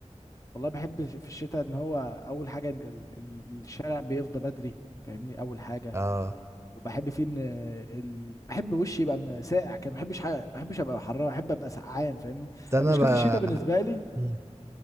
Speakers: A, on the left; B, on the right.
A: والله بحب ش- في الشتاء ان هو اول حاجه إن ال- ال- الشارع بيفضى بدري فاهمني اول حاجه
B: اه
A: وبحب فيه ان ال... بحب وشي يبقى م- ساقع كده ما بحبش حاجه ما بحبش ابقى حراره بحب ابقى سقعان فاهمني
B: ده
A: يعني
B: انا
A: مشكله
B: بقى
A: الشتاء بالنسبه لي
B: مم.